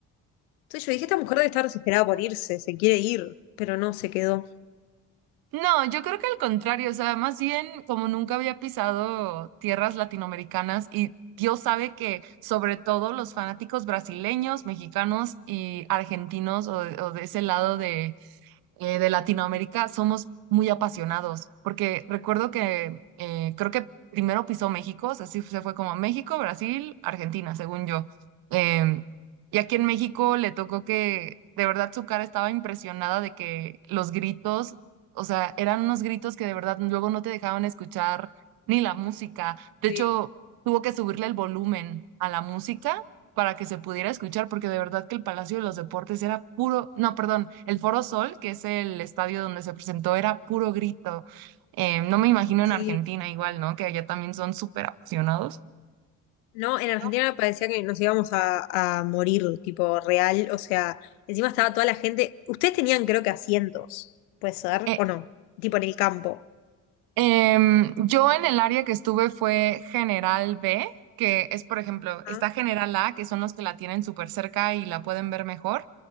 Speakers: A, on the left (about 70°); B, on the right (about 50°).
A: Entonces yo dije, esta mujer debe estar desesperada por irse, se quiere ir, pero no, se quedó.
B: No, yo creo que al contrario, o sea, más bien como nunca había pisado tierras latinoamericanas y Dios sabe que sobre todo los fanáticos brasileños, mexicanos y argentinos o, o de ese lado de, eh, de Latinoamérica somos muy apasionados, porque recuerdo que eh, creo que primero pisó México, o sea, sí se fue como México, Brasil, Argentina, según yo. Em, y aquí en México le tocó que de verdad su cara estaba impresionada de que los gritos, o sea, eran unos gritos que de verdad luego no te dejaban escuchar ni la música. De
A: Sí,
B: hecho, tuvo que subirle el volumen a la música para que se pudiera escuchar, porque de verdad que el Palacio de los Deportes era puro, no, perdón, el Foro Sol, que es el estadio donde se presentó, era puro grito. Eh, no me imagino
A: sí.
B: en Argentina igual, ¿no? Que allá también son súper apasionados.
A: No, en Argentina
B: ¿no?
A: parecía que nos íbamos a, a morir, tipo real. O sea, encima estaba toda la gente. Ustedes tenían, creo que asientos, ¿puede ser?
B: Eh,
A: ¿O no? Tipo en el campo.
B: Em, yo en el área que estuve fue General B, que es, por ejemplo, está
A: Ah,
B: General A, que son los que la tienen súper cerca y la pueden ver mejor.